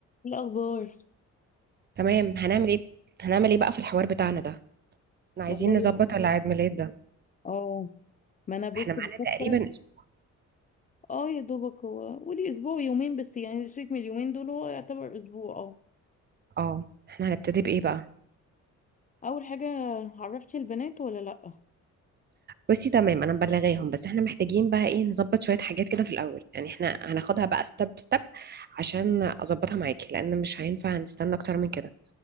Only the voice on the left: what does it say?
إيه الاخبار
والله
ب-
اه ما انا بص
بفكر
اه يا دوبك هو قولي اسبوع يومين بس يعني الشيك من اليومين دول هو يعتبر اسبوع اه
اول حاجه عرفتي البنات ولا لا